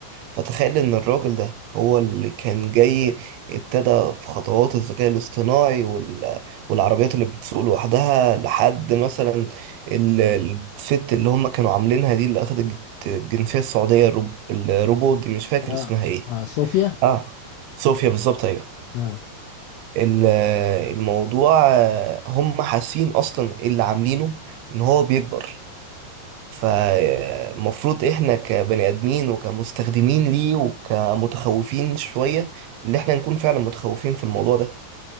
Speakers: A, on the right; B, on the left.
A: فتخيل ان الراجل ده هو اللي كان جاي ابتدى في خطوات الذكاء الاصطناعي وال... والعربيات اللي بتسوق لوحدها لحد مثلا ال- الست اللي هم كانوا عاملينها دي اللي اخدت الجنسية السعودية الروب... الروبوت دي مش فاكر
B: اه
A: اسمها ايه
B: اه صوفيا
A: اه صوفيا بالظبط ايوه
B: اه
A: ال- الموضوع آه، هم حاسين اصلا اللي عاملينه ان هو بيكبر فالمفروض احنا كبني ادمين وكمستخدمين ليه وكمتخوفين شوية ان احنا نكون فعلا متخوفين في الموضوع ده